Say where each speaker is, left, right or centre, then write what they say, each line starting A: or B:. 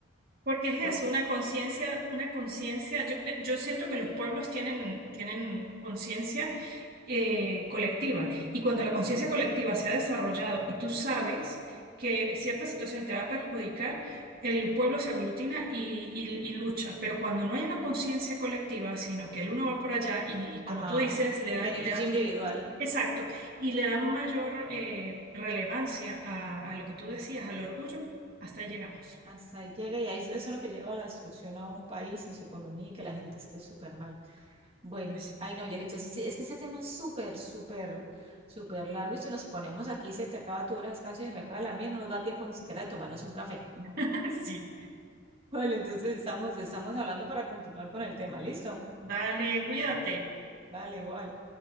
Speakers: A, on the right (about 50°); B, on the right (about 30°).
A: Porque es
B: ¿Por
A: eso,
B: qué?
A: una conciencia, una conciencia, yo cre- yo siento que los pueblos tienen, tienen conciencia eh, colectiva y cuando la conciencia
B: Sí.
A: colectiva se ha desarrollado y tú sabes que cierta situación te va a perjudicar, el pueblo se aglutina y, y- y lucha, pero cuando no hay una conciencia colectiva, sino que el uno va por allá y, y como
B: Ajá.
A: tú dices, le dan,
B: Beneficio
A: le dan,
B: individual.
A: exacto, y le dan mayor eh, relevancia a, a lo que tú decías, al orgullo, hasta ahí llegamos.
B: Hasta ahí llega y ahí es- eso es lo que lleva a la destrucción a un país y su economía y que la gente esté súper mal. Bueno,
A: Pues sí.
B: ay no, Yelitza, sí, sí, es que este tema es súper, súper, súper largo y si nos ponemos aquí se te acaba tu hora de descanso y se me acaba la mía, no nos da tiempo ni siquiera de tomarnos un café. <laughs>
A: <laughs> Sí.
B: Vale, entonces estamos, estamos hablando para continuar con el tema, ¿listo?
A: Dale, cuídate.
B: Vale, igual.